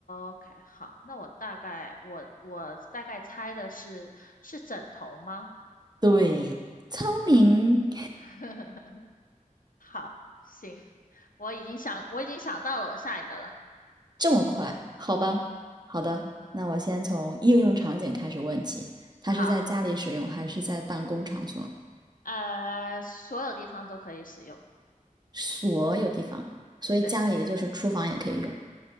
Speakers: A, on the left; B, on the right.
A: ，OK，好，那我大概我我大概猜的是是枕头吗？
B: 对，聪明，
A: <laughs> 好，行，我已经想我已经想到了我下一个了，
B: 这么快，好吧，
A: 嗯
B: 好的，
A: 嗯，
B: 那我先从应用场景开始问起，它是在家里使用还是在办公场所？
A: 好，呃，所有地方都可以使用，
B: 所有地方，所以家里也就是厨房也可以用。
A: 对